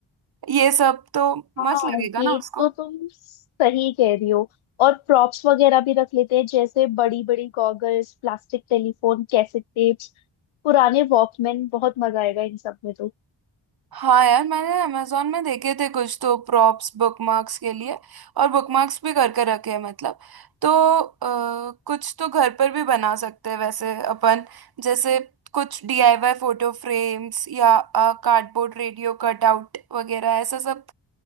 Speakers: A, on the right (about 50°); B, on the left (about 80°).
A: ये सब तो
B: हाँ
A: मस्त लगेगा
B: ये
A: ना उसको
B: तो तुम सही कह रही हो और प्रॉप्स वगैरह भी रख लेते हैं जैसे बड़ी बड़ी goggles plastic telephone cassette tapes पुराने वॉकमैन बहुत मजा आएगा इन सब में तो
A: हाँ यार मैंने अमेजोन में देखे थे कुछ तो प्रॉप्स बुकमार्क्स के लिए और बुकमार्क्स भी करके रखे हैं मतलब तो अ, कुछ तो घर पर भी बना सकते हैं वैसे अपन जैसे कुछ डीआईवाई फोटो फ्रेम्स या कार्डबोर्ड रेडियो कटआउट वगैरह ऐसा सब